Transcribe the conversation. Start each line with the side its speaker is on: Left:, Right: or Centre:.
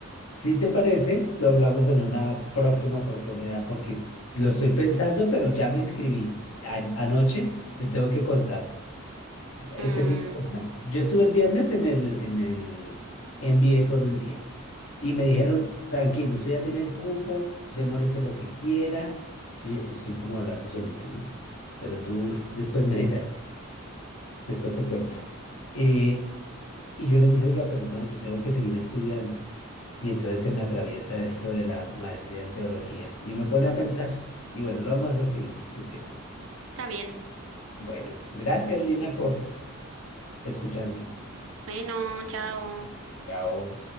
Left: Si te parece, lo hablamos en una próxima oportunidad porque lo estoy pensando, pero ya me inscribí. A- anoche te tengo que contar. Este
Right: Mm,
Left: fin de semana. Yo estuve el viernes en el, en el NBA por un día y me dijeron, tranquilo, usted ya tiene el cupo, demórese lo que quiera. Y estoy como hablando solito, ¿no? Pero tú después me dirás, después te cuento. Eh, y yo les dije, oiga, pero no, yo tengo que seguir estudiando. Y entonces se me atraviesa esto de la maestría en teología y me pone a pensar. Y bueno, lo vamos a seguir discutiendo.
Right: está bien.
Left: Bueno, gracias Lina por escucharme.
Right: Bueno, chao.
Left: Chao.